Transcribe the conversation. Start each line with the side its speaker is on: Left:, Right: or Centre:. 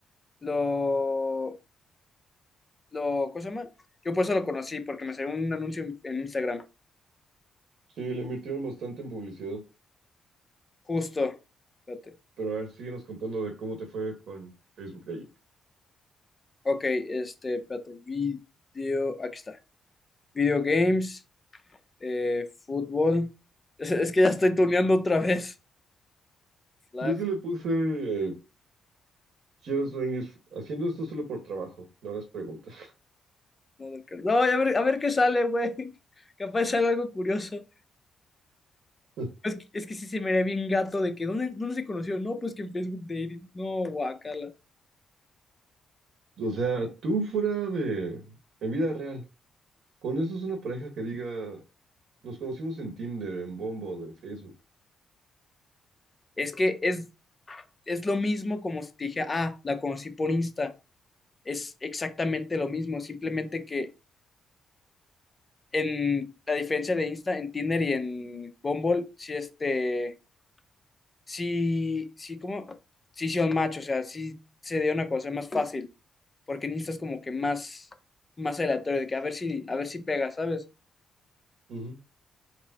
Left: lo, lo, ¿cómo se llama? Yo por eso lo conocí, porque me salió un anuncio en, en Instagram.
Right: Sí, le invirtieron bastante en publicidad.
Left: Justo. Espérate.
Right: Pero a ver, síguenos contando de cómo te fue con Facebook Dating.
Left: Ok, este, espérate. Video, aquí está. Video games, eh, fútbol. <laughs> Es, es que ya estoy tuneando otra vez. Flag.
Right: Yo sí le puse Just Dwayne is- haciendo esto solo por trabajo, no hagas preguntas.
Left: Model Car- No, a ver, a ver qué sale, güey. <laughs> Capaz sale algo curioso.
Right: <laughs>
Left: Es que, es que sí se me ve bien gato de que, ¿dónde, dónde se conoció? No, pues que en Facebook Dating. No, guacala.
Right: O sea, tú fuera de, en vida real, con eso es una pareja que diga, nos conocimos en Tinder, en Bumble, en Facebook.
Left: Es que es, es lo mismo como si te dije, ah, la conocí por Insta. Es exactamente lo mismo, simplemente que en la diferencia de Insta, en Tinder y en Bumble, sí, este, sí, sí, como, sí, sí, un match, o sea, sí se dio una cosa, es más fácil, porque en Insta es como que más, más aleatorio, de que a ver si, a ver si pega, ¿sabes?
Right: Ujú.